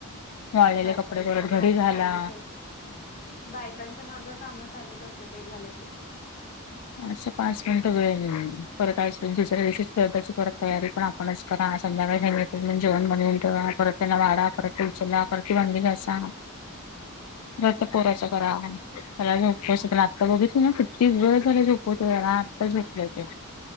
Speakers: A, on the left; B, on the left.
A: वाळलेले
B: बायकांच्या
A: कपडे परत
B: माग
A: घडी घाला
B: चालूच अस बायकांच्या मागं काम चालूच असतात एक झालं की
A: असं पाच मिनिटं वेळे नाही परत आहेच दुसऱ्या शीच खेळची परत तयारी पण मणच करा, संध्याकाळी <unintelligible> जेवण बनवून ठेवा, परत त्यांना वाढा, परत त उचला, परत ती भांडी घासा
B: <inaudible>
A: रथ पोराच करा त्याला उपवास पण आता बघित हो ना किती वेळ. ला झोपलो होतो, जरा आत्ता झोपले हो ते.